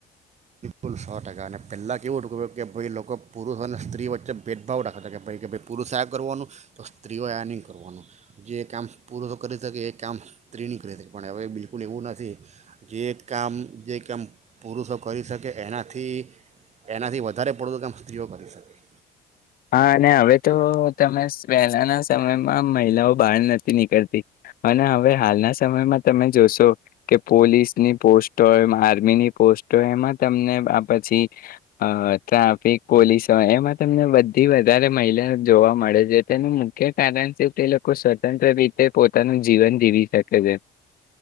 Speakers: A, on the right; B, on the left.
A: બિલકુલ સો ટકા અને પહેલાં કેવું ૂક કે ભાઈ લોકો પુરુષો અને સ્ત્રી વચ્ચે ભેદભાવ રાખેતા કે ભાઈ કે ભાઈ પુરુષ આ કરવાનું તો સ્ત્રીઓ આ નહીં કરવાનું જે કામ પુરુષો કરી શકે એ કામ સ્ત્રી નહીં કરી શકે પણ હવે બિલકુલ એવું નથી જે કામ જે કામ પુરુષો કરી શકે એનાથી એનાથી વધારે પડતું કામ સ્ત્રીઓ કરી શકે
B: હા અને હવે તો તમે વહેલાના સમયમાં મહિલાઓ બહાર નથી નીકળતી અને હવે હાલના સમયમાં તમે જોશો કે પોલીસની પોસ્ટ હોય આર્મી ની પોસ્ટ હોય એમાં તમને પછી ટ્રાફિક પોલીસ હોય એમાં તમને બ થી વધારે મહિલા જોવા મળે છે તેનું મુખ્ય કારણ છે તે લોકો સ્વતંત્ર રીતે પોતાનું જીવન જીવી શકે છે